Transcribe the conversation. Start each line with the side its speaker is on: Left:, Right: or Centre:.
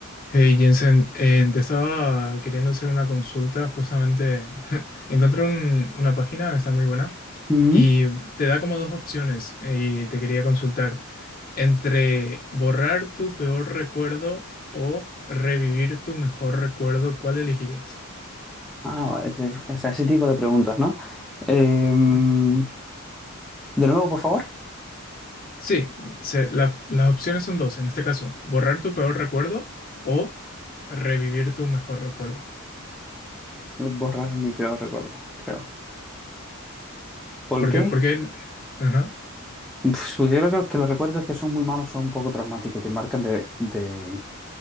Left: Hey Jensen, eh, te estaba queriendo hacer una consulta, justamente <laughs> encontré un- una página, está muy buena,
Centre: Ujú.
Left: y te da como dos opciones, y te quería consultar, entre borrar tu peor recuerdo o revivir tu mejor recuerdo, ¿cuál elegirías?
Centre: Ah, ese sí, ese tipo de preguntas, ¿no? Em,
Left: Ujú.
Centre: de nuevo, por favor,
Left: Sí, se- la- las opciones son dos, en este caso, borrar tu peor recuerdo o revivir tu mejor recuerdo.
Centre: eh, borrar mi peor recuerdo, creo. ¿Por
Left: Porque,
Centre: qué?
Left: porque, el- ajá,
Centre: Pues, porque yo creo que los recuerdos que son muy malos son un poco traumáticos y te marcan de, de,